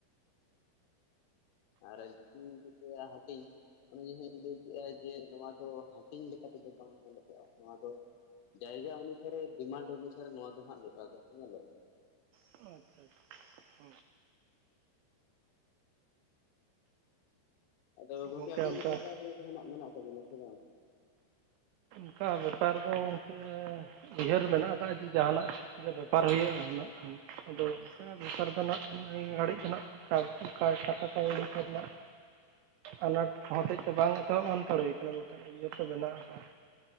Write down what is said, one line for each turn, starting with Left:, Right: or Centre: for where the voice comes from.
Left: ᱟᱨ ᱨᱟᱡᱽ ᱜ ᱡᱮ ᱦᱴᱤ <unintelligible> ᱚᱱᱮ ᱡᱮ ᱦᱟᱸᱜ ᱤᱧ ᱞᱟᱹᱭ ᱠᱮᱫᱼᱟ ᱡᱮ ᱱᱚᱣᱟ ᱫᱚ ᱦᱟᱹᱴᱤᱧ ᱞᱮᱠᱟ ᱛᱮᱫᱚ ᱵᱟᱝ ᱧᱮᱞᱚᱜᱼᱟ ᱱᱚᱣᱟ ᱫᱚ ᱡᱟᱭᱜᱟ ᱚᱱᱩᱥᱟᱨᱮ ᱰᱤᱢᱟᱱᱰ ᱚᱱᱩᱥᱟᱨᱮ ᱱᱚᱣᱟ ᱫᱚ ᱦᱟᱸᱜ ᱵᱮᱯᱟᱨ ᱫᱚᱦ ᱧᱮᱞᱚᱜᱼᱟ
Right: ᱟᱪᱪᱷᱟ ᱟᱪᱷᱟ
Left: ᱟᱫᱚ ᱜᱚᱢᱠᱮ
Right: ᱜᱚᱝᱠᱮ
Left: ᱟᱵᱤᱱ
Right: ᱚᱱᱠᱟ
Left: ᱫᱚ ᱵᱮᱯᱟᱨ ᱨᱮ ᱡᱟᱦᱟᱱᱟᱜ ᱢᱮᱱᱟᱜ ᱛᱟᱵᱤᱱᱟ ᱥᱮ ᱵᱟᱝ
Right: ᱚᱱᱠᱟ ᱵᱮᱯᱟᱨ ᱫᱚᱠ ᱩᱭᱦᱟᱹᱨ ᱢᱮᱱᱟᱜ ᱟᱠᱟᱫᱼᱟ ᱡᱮ ᱡᱟᱦᱟᱱᱟᱜ ᱜᱮ ᱵᱮᱯᱟᱨ ᱦᱩᱭᱩᱜᱼᱟ ᱠᱷᱟᱱ ᱟᱫᱚ ᱚᱱ ᱫᱚᱥᱟᱨ ᱫᱚ ᱟᱸᱜ ᱜᱷᱟᱹᱲᱤᱡ ᱫᱚ ᱚᱱᱠᱟ ᱠᱟᱟᱹᱲ ᱠᱚᱨᱮᱱᱟᱜ ᱟᱱᱟᱴ ᱦᱚᱛᱮᱡ ᱛᱮ ᱵᱟᱝ ᱮᱛᱚᱦᱚᱵᱟᱱᱛᱟᱲ ᱦᱩᱭ ᱠᱟᱱᱟ ᱵᱟᱝᱠᱷᱟᱱ ᱤᱭᱟᱹ ᱛᱚ ᱵᱮ ᱠᱟᱜᱼᱟ